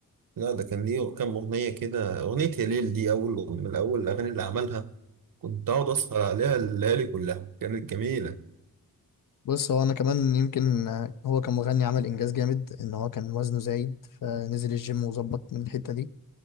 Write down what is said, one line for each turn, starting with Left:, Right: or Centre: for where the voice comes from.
Right: لا ده كان ليه كام أغنية كده أغنية يا ليل دي أول من أول الأغاني اللي عملها كنت أقعد أسهر عليها الليالي كلها كانت جميلة
Left: بص هو انا كمان يمكن آه، هو كمغني عمل انجاز جامد ان هو كان وزنه زايد فنزل الجيم وظبط من الحتة دي